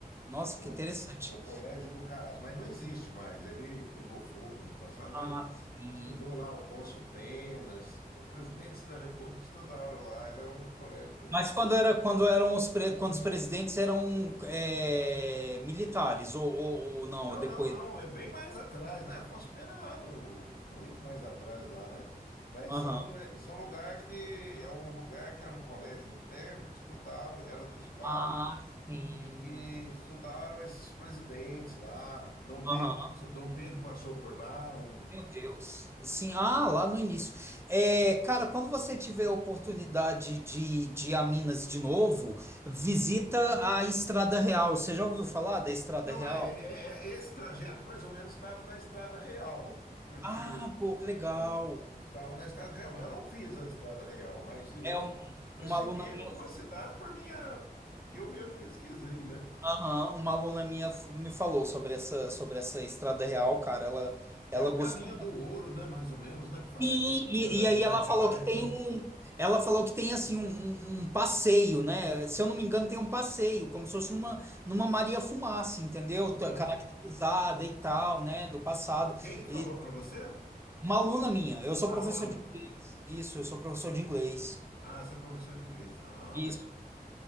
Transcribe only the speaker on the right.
Nossa,
que interessante.
Ah,
sim.
Mas quando era quando eram os pre- quando os presidentes eram é, militares ou, ou, ou não
depois.
Aham.
Ah, sim.
Aham,
meu Deus. Sim, ah, lá no início. É, cara, quando você tiver a oportunidade de, de ir a Minas de novo, visita a Estrada Real. Você já ouviu falar da Estrada
Real?
Ah, pô, que legal.
É um-
uma
aluna
minha,
aham, uma aluna minha f- me falou sobre essa sobre essa Estrada Real, cara. Ela
ela
gostou.
muito.
E,
e, e aí
ela falou
que tem
um, ela falou que tem assim um, um- um passeio, né? Se eu não me engano, tem um passeio, como se fosse numa numa Maria Fumaça, entendeu?
Tá Caracterizada e tal, né? Do passado.
E
uma aluna minha. Eu sou
professor
de inglês. Isso, eu sou professor de inglês.
Isso.